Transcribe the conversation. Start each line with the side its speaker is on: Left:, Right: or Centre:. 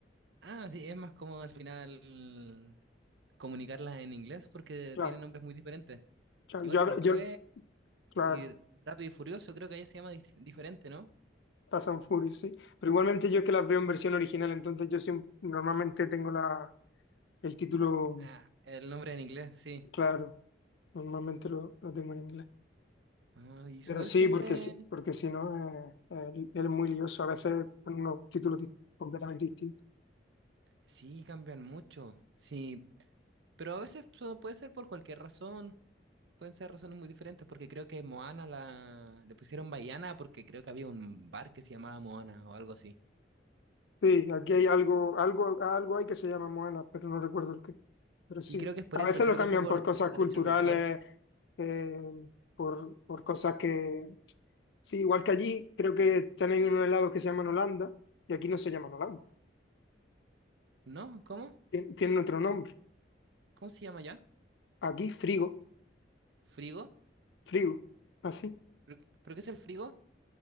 Right: Ah, sí, es más cómodo al final comunicarlas en inglés porque
Left: claro,
Right: tienen nombres muy diferentes.
Left: claro,
Right: Igual
Left: yo, a
Right: que
Left: ve-
Right: los jueves
Left: yo, claro,
Right: y Rápido y Furioso, creo que allá se llama dif- diferente, ¿no?
Left: pasan Furious, sí, pero igualmente yo es que las veo en versión original, entonces yo siempre, normalmente tengo la, el título...
Right: Ah, el nombre en inglés, sí.
Left: Claro, Normalmente lo, lo tengo en inglés.
Right: Ah, y igual
Left: Pero sí,
Right: siempre,
Left: porque, si- porque si no, eh, eh, es muy lioso. A veces con unos títulos di- completamente distintos.
Right: sí, cambian mucho, sí, pero a veces so- puede ser por cualquier razón, pueden ser razones muy diferentes, porque creo que Moana la, le pusieron Baiana porque creo que había un bar que se llamaba Moana o algo así.
Left: Sí, aquí hay algo, algo, algo hay que se llama Moana, pero no recuerdo el qué. Pero sí,
Right: Y creo que es por
Left: a
Right: eso,
Left: veces
Right: creo
Left: lo cambian
Right: que fue por,
Left: por cosas
Right: por derechos
Left: culturales,
Right: de autor,
Left: eh, por, por cosas que... Sí, igual que allí, creo que tenéis unos helados que se llaman Holanda y aquí no se llaman Holanda.
Right: ¿no? ¿Cómo?
Left: Tien- Tienen otro nombre.
Right: ¿Cómo se llama ya?
Left: Aquí, frigo,
Right: ¿Frigo?
Left: frigo, así.
Right: ¿Pero pero qué es el frigo?